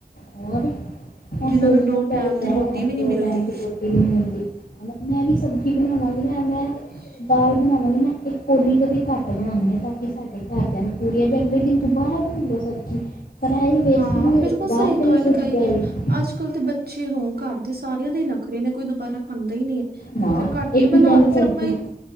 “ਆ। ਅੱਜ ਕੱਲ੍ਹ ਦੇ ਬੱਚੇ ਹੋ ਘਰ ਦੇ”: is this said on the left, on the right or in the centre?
Right